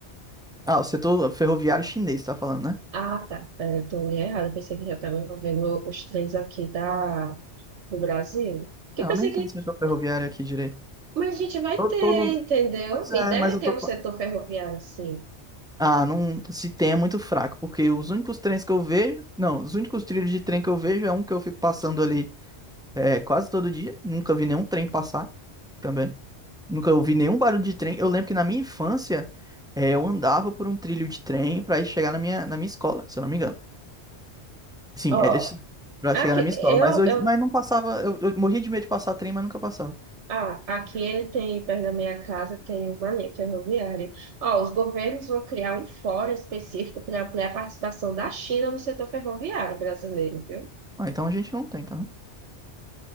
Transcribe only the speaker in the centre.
Ah, o setor ferroviário chinês, tá falando, né?
Não,
nem
tem setor ferroviário aqui direito.
Todo,
todo...
Pois é,
mas eu
tô
falando.
Ah, não, se tem é muito fraco, porque os únicos trens que eu vejo, não, os únicos trilhos de trem que eu vejo é um que eu fico passando ali é, quase todo dia, nunca vi nenhum trem passar também. Nunca ouvi nenhum barulho de trem. Eu lembro que na minha infância, é, eu andava por um trilho de trem pra ir chegar na minha, na minha escola, se eu não me engano. Sim,
era isso pra
chegar na minha
escola. Mas hoje,
mas não passava. Eu, eu morria de medo de passar trem, mas nunca passava.
Ah, então a gente não tem, tá?